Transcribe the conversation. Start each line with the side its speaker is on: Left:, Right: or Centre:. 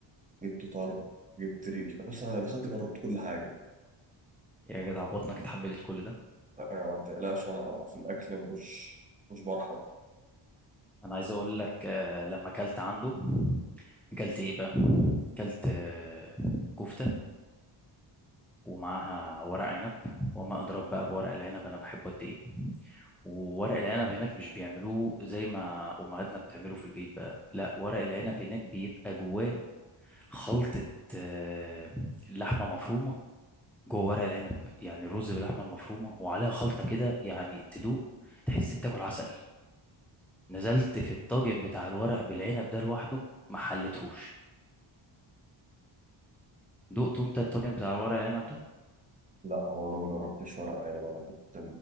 Right: جبت طرب جبت ريش بص انا دخلت جربت كل حاجه
Centre: يا جدع بطنك اتحملت كل ده
Right: آه، آه، ما تقلقش انا في الاكل مش مش برحب
Centre: انا عايز اقول لك آه، لما اكلت عنده اكلت ايه بقى اكلت آه، كفتة ومعاها ورق عنب وما ادراك بقى بورق العنب انا بحبه قد ايه وورق العنب هناك مش بيعملوه زي ما امهاتنا بتعمله في البيت بقى لا ورق العنب هناك بيبقى جواه خلطة آه، لحمة مفرومة جوه ورق العنب يعني الرز باللحمة المفرومة وعليها خلطة كده يعني تدوق تحس بتاكل عسل نزلت في الطاجن بتاع الورق بالعنب ده لوحده ما حلتهوش دقته انت الطاجن بتاع الورق العنب ده
Right: لا هو انا ما جربتش ورق عنب انا كنت